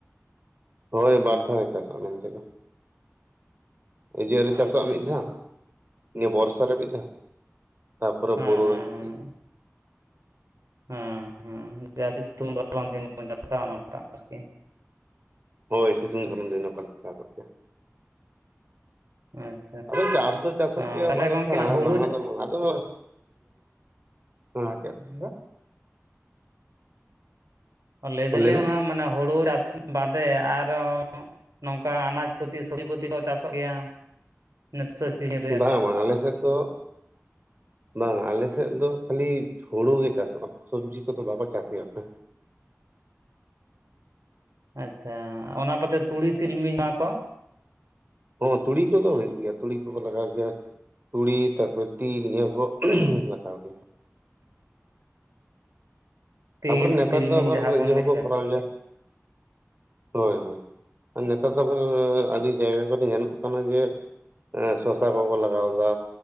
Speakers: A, on the right (about 40°); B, on the right (about 80°).
A: ᱦᱳᱭ ᱵᱟᱨ ᱫᱷᱟᱣᱮ ᱪᱟᱥᱚᱜ-ᱟ, ᱱᱚᱱᱛᱮ ᱫᱚ ᱾ ᱤᱭᱟᱹᱨᱮ
B: ᱟᱪᱪᱷᱟ
A: ᱪᱟᱥᱚᱜᱼᱟ ᱢᱤᱫ
B: ᱦᱮᱸ
A: ᱫᱷᱟᱣ ᱱᱤᱭᱟᱹ ᱵᱚᱨᱥᱟ ᱨᱮ ᱢᱤᱫ ᱫᱷᱟᱣ ᱛᱟᱯᱚᱨᱮ
B: ᱦᱮᱸ
A: ᱵᱳᱨᱳ
B: ᱦᱮᱸ
A: ᱨᱮ <unintelligible>
B: ᱦᱮᱸ ᱦᱮᱸ ᱡᱟ ᱥᱤᱛᱩᱝ ᱜᱚᱨᱚᱢ ᱫᱤᱱ <unintelligible> ᱟᱨᱠᱤ
A: ᱦᱳᱭ ᱥᱤᱛᱩᱝ ᱫᱷᱚᱨᱚᱱ ᱫᱤᱱ ᱱᱚᱝᱠᱟᱱᱟᱜ <unintelligible>
B: <unintelligible>
A: ᱟᱫᱚ ᱪᱟᱥ ᱫᱚ ᱪᱟᱥᱚᱜ
B: ᱛᱟᱦᱚᱞᱮ
A: ᱜᱮᱭᱟ ᱵᱟᱨ
B: ᱜᱚᱢᱠᱮ
A: ᱫᱷᱟᱣ
B: ᱚᱱᱟ ᱦᱩᱲᱩ
A: ᱵᱟᱝᱟ ᱫᱚ ᱵᱟᱝ ᱟᱫᱚ <unintelligible> ᱦᱮᱸ ᱪᱮᱫ ᱵᱤᱱ ᱢᱮᱱᱫᱟ
B: ᱞᱟᱹᱭᱫᱟᱞᱤᱧ
A: ᱞᱟᱹᱭ ᱢᱮ
B: ᱢᱟᱱᱮ ᱦᱩᱲᱩ ᱪᱟᱥ ᱵᱟᱫᱮ ᱟᱨᱚ ᱱᱚᱝᱠᱟ ᱟᱱᱟᱡᱽ ᱯᱟᱹᱛᱤ ᱥᱚᱵᱽᱡᱤ ᱯᱟᱹᱛᱤ ᱠᱚ ᱪᱟᱥᱚᱜ ᱜᱮᱭᱟ <unintelligible>
A: ᱵᱟᱝ ᱵᱟᱝ ᱟᱞᱮ ᱥᱮᱫ ᱫᱚ ᱵᱟᱝ ᱟᱞᱮᱥᱮᱫ ᱫᱚ ᱠᱷᱟᱹᱞᱤ ᱦᱩᱲᱩ ᱜᱮ ᱪᱟᱥᱚᱜᱼᱟ ᱥᱚᱵᱽᱡᱤ ᱠᱚᱫᱚ ᱵᱟᱠᱚ ᱪᱟᱥᱜᱮᱭᱟ ᱚᱠᱚᱭ <inaudible>
B: ᱟᱪᱪᱷᱟ, ᱚᱱᱟ ᱵᱟᱫᱮ ᱛᱩᱲᱤ ᱛᱤᱞᱢᱤᱧ ᱚᱱᱟ ᱠᱚ?
A: ᱦᱚᱸ ᱛᱩᱲᱤ ᱠᱚᱫᱚ ᱦᱩᱭᱩᱜ ᱜᱮᱭᱟ ᱛᱩᱲᱤ ᱠᱚᱠᱚ ᱞᱟᱜᱟᱣ ᱜᱮᱭᱟ ᱛᱩᱲᱤ ᱛᱟᱨᱯᱚᱨᱮ ᱛᱤᱞ ᱡᱟᱦᱟᱸ <unintelligible> ᱞᱟᱛᱟᱣ ᱜᱮ ᱠᱚ
B: ᱛᱤᱞ
A: ᱛᱟᱨᱯᱚᱨᱮ ᱱᱮᱛᱟᱨ
B: ᱛᱤᱞᱢᱤᱧ
A: ᱫᱚ ᱟᱵᱟᱨ
B: ᱡᱟᱦᱟᱸ
A: ᱤᱭᱟᱹ
B: ᱵᱚᱱ
A: ᱦᱚᱸᱠᱚ
B: ᱞᱟᱹᱭ
A: ᱠᱚᱨᱟᱣ ᱜᱮᱭᱟ ᱦᱳᱭ ᱦᱳᱭ ᱟᱨ ᱱᱮᱛᱟᱨ ᱫᱚ ᱵᱚᱞᱮ ᱟᱹᱰᱤ ᱡᱟᱭᱜᱟ ᱠᱚᱨᱮ ᱧᱮᱞᱚᱜ ᱠᱟᱱᱟ ᱡᱮ ᱥᱚᱥᱟ ᱠᱚᱠᱚ ᱞᱟᱜᱟᱣᱫᱟ